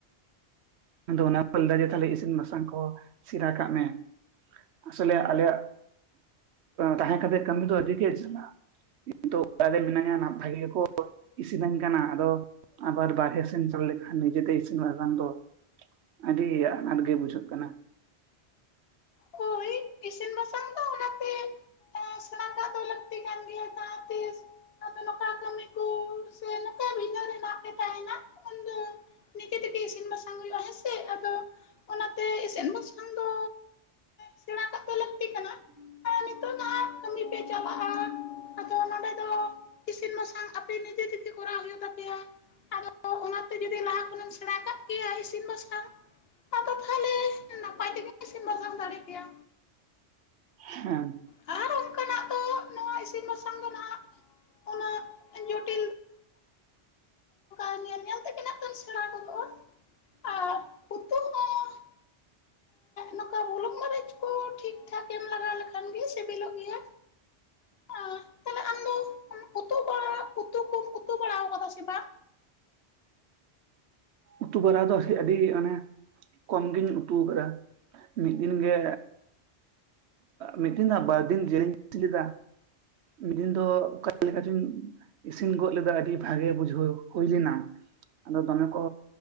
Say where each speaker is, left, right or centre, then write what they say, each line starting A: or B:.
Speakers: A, on the right; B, on the left.
A: ᱟᱫᱚ ᱚᱱᱟ ᱠᱚ ᱞᱟᱹ ᱫᱟ ᱡᱮ ᱛᱟᱦᱞᱮ ᱤᱥᱤᱱ ᱵᱟᱥᱟᱝ ᱠᱚ ᱥᱤᱨᱟ ᱠᱟᱜ ᱢᱮ᱾ ᱟᱥᱚᱞᱮ ᱟᱞᱮᱭᱟᱜ ᱛᱟᱦᱮᱸ ᱠᱟᱛᱮᱜ ᱠᱟᱹᱢᱤ ᱫᱚ ᱟᱹᱰᱤ ᱜᱮ ᱡᱟᱞᱟ᱾ <unintelligible> ᱚᱲᱟᱨ ᱨᱮ ᱢᱱᱟᱧᱟ ᱱᱟᱯᱷᱟ ᱜᱮ ᱠᱚ ᱤᱥᱤᱱᱟᱹᱧ ᱠᱟᱱᱟ ᱟᱫᱚ ᱟᱵᱟᱨ ᱵᱟᱨᱦᱮ ᱥᱮᱱ ᱪᱟᱞᱟᱣ ᱞᱮᱠᱷᱟᱱ ᱱᱤᱡᱮᱛᱮ ᱤᱥᱤᱱ ᱵᱟᱠᱷᱟᱝ ᱫᱚ ᱟᱹᱰᱤ ᱟᱱᱟᱴ ᱜᱮ ᱵᱩᱡᱷᱟᱹᱜ ᱠᱟᱱᱟ᱾
B: ᱦᱳᱭ ᱤᱥᱤᱱ ᱵᱟᱥᱟᱝ ᱫᱚ ᱚᱱᱟᱛᱮ ᱮᱸ ᱥᱮᱬᱟ ᱠᱟᱜ ᱫᱟ ᱞᱟᱹᱠᱛᱤ ᱠᱟᱱ ᱜᱮᱭᱟ ᱡᱟᱦᱟ ᱛᱤᱥ ᱟᱫᱚ ᱱᱚᱝᱠᱟ ᱠᱟᱹᱢᱤ ᱠᱚ ᱥᱮ ᱱᱚᱠᱟ ᱵᱷᱤᱱᱟᱹ ᱨᱮᱱᱟᱜ ᱯᱮ ᱛᱟᱦᱮᱱᱟ ᱩᱱᱫᱚ ᱱᱤᱡᱮ ᱛᱮᱜᱮ ᱤᱥᱤᱱ ᱵᱟᱥᱟᱝ ᱦᱩᱭᱩᱜᱼᱟ ᱦᱮᱸᱥᱮ ᱟᱫᱚ ᱚᱱᱟᱛᱮ ᱤᱥᱤᱱ ᱵᱟᱥᱟᱝ ᱫᱚ ᱥᱮᱬᱟ
A: <inaudible>
B: ᱠᱟᱜ ᱫᱚ ᱞᱟᱹᱠᱛᱤ ᱠᱟᱱᱟ ᱟᱨ ᱱᱤᱛᱚᱜ ᱫᱚ ᱦᱟᱸᱜ ᱠᱟᱹᱢᱤ ᱯᱮ ᱪᱟᱞᱟᱜᱼᱟ ᱟᱫᱚ ᱱᱚᱸᱰᱮ ᱫᱚ ᱤᱥᱤᱱ ᱵᱟᱥᱟᱝ ᱟᱯᱮ ᱱᱤᱡᱮ ᱛᱮᱜᱮ ᱠᱚᱨᱟᱣ ᱦᱩᱭᱩᱜ ᱛᱟᱯᱮᱭᱟ ᱟᱫᱚ ᱚᱱᱟ ᱛᱮ ᱡᱩᱫᱤ ᱞᱟᱦᱟ ᱠᱷᱚᱱᱮᱢ ᱥᱮᱸᱬᱟ ᱠᱟᱜ ᱠᱮᱭᱟ ᱤᱥᱤᱱ ᱵᱟᱥᱟᱝ ᱟᱫᱚ ᱛᱟᱦᱞᱮ ᱱᱟᱯᱟᱭ ᱛᱮᱜᱮ ᱤᱥᱤᱱ ᱵᱟᱥᱟᱝ ᱫᱟᱲᱮ ᱠᱮᱭᱟ᱾
A: ᱦᱮᱸ
B: ᱟᱨ ᱚᱝᱠᱟᱱᱟᱜ ᱫᱚ ᱱᱚᱣᱟ ᱤᱥᱤᱱ ᱵᱟᱥᱟᱝ ᱫᱚ ᱱᱟᱦᱟᱜ ᱩᱱᱟᱹᱜ ᱡᱚᱴᱤ ᱧᱮᱞ ᱧᱮᱞ ᱛᱮᱜᱮ ᱱᱟᱜ ᱠᱷᱟᱱ ᱥᱮᱸᱬᱟ ᱜᱚᱫᱚᱜᱼᱟ ᱟᱨ ᱩᱛᱩ ᱦᱚᱸ
A: <inaudible>
B: ᱱᱚᱠᱟ ᱵᱩᱞᱩᱝ ᱢᱟᱨᱤᱪ ᱠᱚ ᱴᱷᱤᱠ ᱴᱷᱟᱠ ᱮᱢ ᱞᱟᱜᱟᱣ ᱞᱮᱠ ᱥᱤᱵᱤᱞᱚ ᱜᱮᱭᱟ ᱟᱸ ᱛᱟᱦᱞᱮ ᱟᱢᱫᱚ ᱩᱛᱩ ᱵᱟᱲᱟ ᱩᱛᱩ ᱠᱩᱢ ᱩᱛᱩ ᱵᱟᱲᱟᱣ ᱠᱟᱫᱟ ᱥᱮ ᱵᱟᱝ?
A: ᱩᱛᱩ ᱵᱟᱲᱟ ᱫᱚ ᱟᱹᱰᱤ ᱚᱱᱮ ᱠᱚᱢᱜᱤᱧ ᱩᱛᱩᱣ ᱠᱟᱫᱟ ᱢᱤᱫ ᱫᱤᱱ ᱜᱮ ᱢᱤᱫ ᱫᱤᱱ ᱫᱚ ᱵᱟᱨ ᱫᱤᱱ ᱡᱤᱞᱤᱧ ᱩᱛᱩ ᱞᱮᱫᱟ᱾ ᱢᱤᱫ ᱫᱤᱱ ᱫᱚ ᱚᱠᱟ ᱞᱮᱠᱟᱪᱚᱧ ᱤᱥᱤᱱ ᱜᱚᱫ ᱞᱮᱫᱟ ᱟᱹᱰᱤ ᱵᱷᱟᱜᱮ ᱵᱩᱡᱷᱟᱹᱣ ᱦᱩᱭᱞᱮᱱᱟ ᱟᱫᱚ ᱫᱚᱢᱮ ᱠᱚ